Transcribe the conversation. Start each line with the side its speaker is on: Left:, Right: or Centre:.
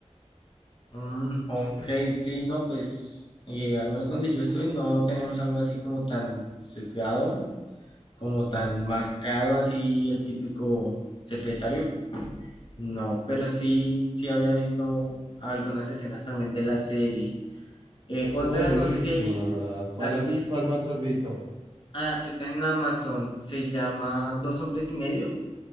Left: Mm, ok, sí, no, pues eh, al menos donde yo estoy no tenemos algo así como tan sesgado. como tan marcado así el típico secretario, no, pero sí, sí había visto algunas escenas también de la serie. Eh, otra,
Right: Es buenísimo,
Left: no sé si hay-
Right: la verdad. ¿Cuál,
Left: has
Right: has-
Left: visto,
Right: cuál más has visto?
Left: ah, está en Amazon, se llama Dos hombres y medio,